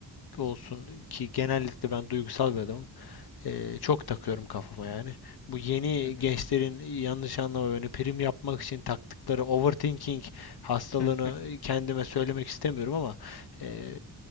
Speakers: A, on the left; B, on the left.
A: olsun ki genellikle ben duygusal bir adamım. Ee, çok takıyorum kafama yani. Bu yeni
B: Hı hı.
A: gençlerin yanlış anlama beni prim yapmak için taktıkları overthinking hastalığını
B: <laughs>
A: kendime söylemek istemiyorum ama e,